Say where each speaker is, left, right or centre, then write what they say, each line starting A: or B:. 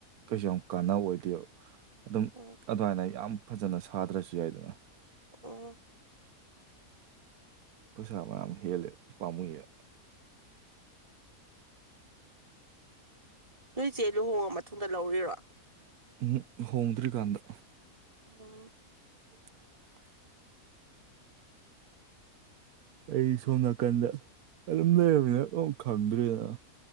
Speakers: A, on the right; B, on the right.
A: ꯀꯩꯁꯨ ꯌꯥꯝ ꯀꯥꯟꯅꯕ ꯑꯣꯏꯗꯦꯕ ꯑꯗꯨꯝ
B: ꯎꯝ
A: ꯑꯗꯨꯃꯥꯏꯅ ꯌꯥꯝ ꯐꯖꯅ ꯁꯥꯗ꯭ꯔꯁꯨ ꯌꯥꯏꯗꯅ
B: ꯑꯣ
A: ꯄꯩꯁꯥ ꯃꯌꯥꯝ ꯍꯦꯜꯂꯦ ꯄꯥꯝꯃꯨꯌꯦ
B: ꯅꯣꯏꯁꯦ ꯂꯨꯍꯣꯡꯉ ꯃꯇꯨꯡꯗ ꯂꯧꯔꯤꯔꯣ
A: ꯎꯝ ꯍꯣꯡꯗ꯭ꯔꯤꯀꯥꯟꯗ
B: ꯑꯣ
A: <inaudible> ꯑꯩ ꯁꯣꯝ ꯅꯥꯀꯟꯗ ꯑꯗꯨꯝ ꯂꯩꯔꯕꯃꯤꯅ ꯈꯪꯗ꯭ꯔꯤꯗ